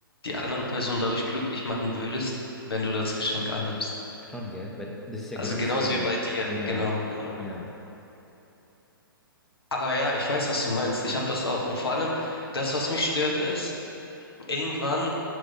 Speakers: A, on the left (about 85°); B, in the centre.
A: die andere Person dadurch glücklich machen würdest, wenn du das Geschenk annimmst.
B: Schon, gell? Weil das ist ja
A: Also
B: genau
A: genauso
B: dasselbe.
A: wie bei dir.
B: Ja,
A: Genau, genau,
B: ja,
A: genau. Aber ja, ich weiß, was du meinst. Ich habe das auch. Und vor allem, das, was mich stört, ist, irgendwann